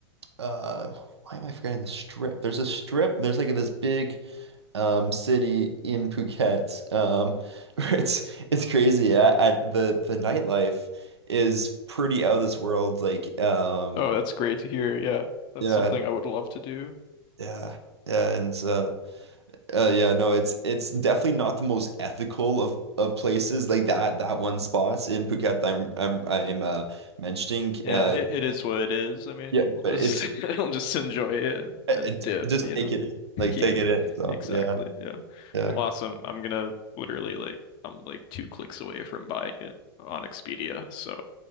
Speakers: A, on the right; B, on the left.
A: uh, why am I forgetting the strip? There's a strip, there's like this big, um city in Phuket. Um <laughs> it's it's crazy. I, I the the nightlife is pretty out of this world. Like um
B: Oh, that's great to hear. Yeah, that's
A: yeah,
B: something I would love to do.
A: yeah. yeah, And uh, uh yeah, no, it's it's definitely not the most ethical of of places like that that one spot in Phuket that I'm I'm I'm uh mentioning
B: Yeah,
A: uh
B: it, it is what it is. I mean,
A: yeah,
B: we'll
A: but
B: just
A: it's
B: <laughs> we'll just enjoy it and,
A: it,
B: and dip,
A: just
B: you
A: take
B: know.
A: it in.
B: <laughs>
A: Like
B: Yeah,
A: take it in. So,
B: exactly.
A: yeah.
B: Yeah.
A: Yeah.
B: Well, awesome. I'm gonna literally like I'm like two clicks away from buying it on Expedia, so